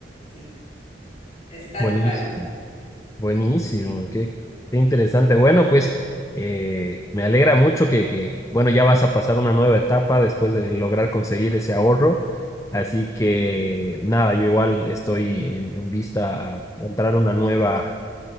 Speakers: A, on the left; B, on the left.
A: Sí, es tal
B: Buenísimo,
A: cual.
B: buenísimo,
A: Sí.
B: qué, qué interesante. Bueno, pues eh, me alegra mucho que, que, bueno, ya vas a pasar una nueva etapa después de lograr conseguir ese ahorro. Así que nada, yo igual estoy en, en vista a entrar a una nueva